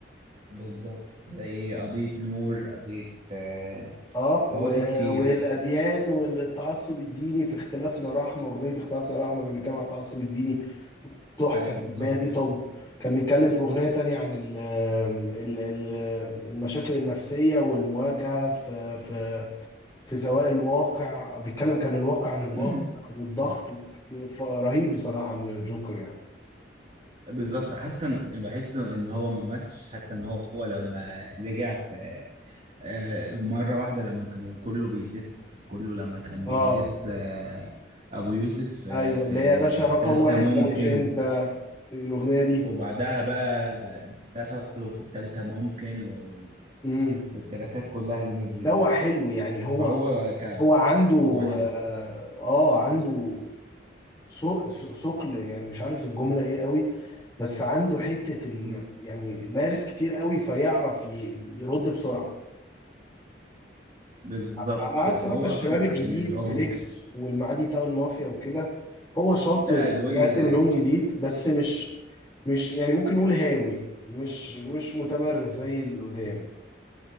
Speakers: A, on the right (about 35°); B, on the left (about 20°).
A: بالظبط زي قضية نور قضية آه،
B: اه
A: قواضي
B: و-
A: كتير
B: والاديان وان التعصب الديني في اختلافنا رحمه اغنيه اختلافنا رحمه كان بيتكلم عن التعصب الديني تحفه
A: أيوه
B: الاغنيه
A: بالظبط
B: دي طب كان بيتكلم في اغنيه تانية عن ال ال ال المشاكل النفسيه والمواجهه في في في سواء الواقع بيتكلم كان الواقع عن الواقع
A: مم.
B: والضغط ف- رهيب بصراحه الجوكر يعني
A: بالظبط حتى بحس إن هو ما ماتش حتى إن هو لما رجع في آه، مرة واحدة لما كانوا كله بيدس في كله لما كان
B: اه
A: بيدس آه، أبو يوسف آه،
B: ايوه
A: في
B: اللي هي يا باشا رقم
A: التالتة
B: واحد
A: ممكن
B: ده مش انت الاغنيه دي
A: وبعدها بقى دخلوا في التالتة ممكن وال...
B: امم
A: والتراكات كلها اللي نزلت
B: لا
A: دي
B: هو حلو يعني هو
A: فهو كان
B: هو عنده اه
A: هو حلو
B: آه، عنده ثق- ثق- ثقل يعني مش عارف الجملة ايه قوي بس عنده حتة ال
A: مم.
B: يعني مارس كتير قوي فيعرف ي- يرد بسرعة
A: بالظبط
B: على عكس
A: وهو
B: مثلا
A: أصلا
B: الشباب الجديد
A: يعني من اه
B: فليكس والمعادي تاون مافيا وكده هو شاطر
A: لا دول
B: بيقدم
A: آه،
B: لون جديد بس مش مش يعني ممكن نقول هاوي مش مش متمرس زي اللي قدام